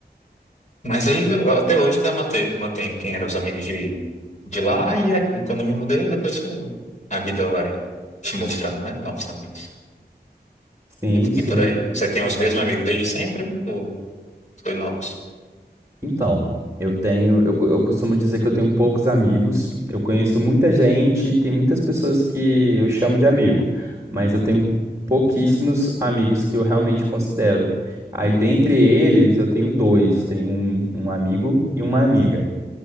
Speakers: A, on the left; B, on the right.
A: Mas aí, até hoje ainda mante- mantenho quem eram os amigos de, de lá e, a- e quando eu me mudei, depois foi- a vida vai te mostrando, né? Novos amigos.
B: Sim,
A: E,
B: sim.
A: e por aí. Você tem os mesmos amigos desde sempre ou foi novos?
B: Então, eu tenho, eu, co- eu costumo dizer que eu tenho poucos amigos. Eu conheço muita gente, e tem muitas pessoas que eu chamo de amigo, mas eu tenho
A: Uhum.
B: pouquíssimos amigos que eu realmente considero. Aí, dentre eles, eu tenho dois, tenho um, um amigo e uma amiga.